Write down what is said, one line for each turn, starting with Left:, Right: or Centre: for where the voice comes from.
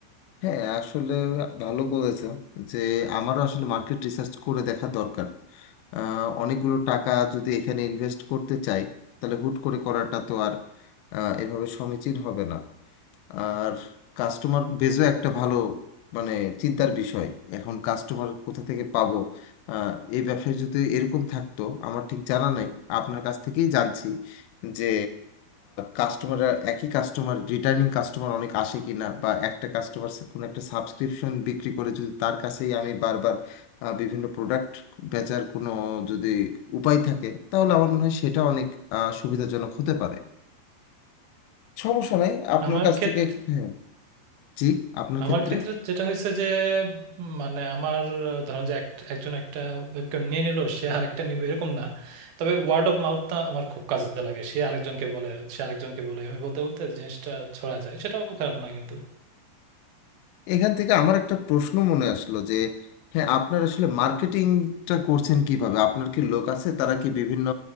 Left: হ্যাঁ আসলে ভালো বলেছেন যে আমারও আসলে মার্কেট রিসার্চ করে দেখা দরকার আহ, অনেকগুলো টাকা যদি এখানে ইনভেস্ট করতে চাই তাহলে হুট করে করাটা তো আর আহ, এভাবে সমীচীন হবে না আর কাস্টমার বেজও একটা ভালো মানে চিন্তার বিষয় এখন কাস্টমার কোথা থেকে পাবো আহ, এই ব্যবসায় যদি এরকম থাকতো আমার ঠিক জানা নাই আপনার কাছ থেকেই জানছি যে কাস্টমার একই কাস্টমার রিটার্নিং কাস্টমার অনেক আসে কিনা বা একটা কাস্টমার কোনো একটা সাবস্ক্রিপশন বিক্রি করে যদি তার কাছেই আমি বারবার আহ, বিভিন্ন প্রোডাক্ট বেচার কোনো যদি উপায় থাকে তাহলে আমার মনে হয় সেটা অনেক আহ, সুবিধাজনক হতে পারে সমস্যা নাই আপনার
Right: আমার
Left: কাছ
Right: ক্ষেত্রে
Left: থেকে হ্যাঁ জি আপনার
Right: আমার
Left: ক্ষেত্রে
Right: ক্ষেত্রে যেটা হয়েছে যে উম, মানে আমার আহ, ধরেন যে এক- একজন একটা ওয়েবক্যাম নিয়ে নিল সে আরেকটা নিবে এরকম না তবে ওয়ার্ড অফ মাউথটা আমার খুব কাজে লাগে সে আরেকজনকে বলে সে আরেকজনকে বলে এভাবে বলতে বলতে জিনিসটা ছড়া যায় সেটাও খারাপ না কিন্তু
Left: এখান থেকে আমার একটা প্রশ্ন মনে আসলো যে হ্যাঁ আপনার আসলে মার্কেটিংটা করছেন কিভাবে আপনার কি লোক আছে তারা কি বিভিন্ন